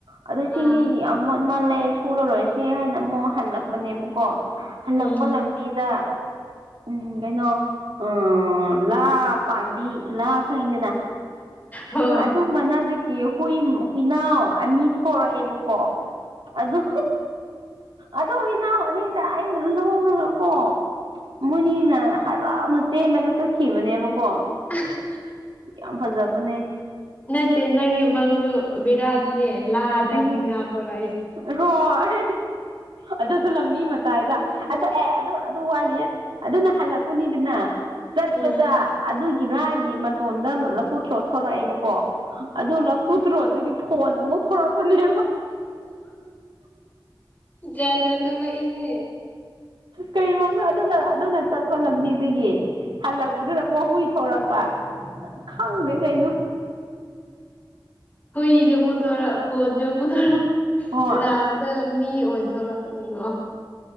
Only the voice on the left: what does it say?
ꯑꯥ
ꯎꯝ
ꯍꯣꯏ
<unintelligible>
ꯅꯠꯇꯦ ꯅꯪꯒꯤ ꯃꯪ ꯕꯤꯔꯥꯠ ꯍ ꯂꯥꯗ
ꯍꯅꯥ ꯊꯣꯛꯂꯛ
ꯎꯝ
ꯌꯥꯖ ꯊꯂ ꯏꯍꯦ
ꯍꯣꯏ ꯁꯨ ꯄꯨꯊꯣꯊꯣꯔꯛ ꯐꯣꯟꯁꯨ ꯄꯨꯊꯣꯔꯛ
ꯂꯥꯁ ꯇ ꯃꯤ ꯊꯣꯛ ꯂꯥꯛꯀꯅꯤꯀꯣ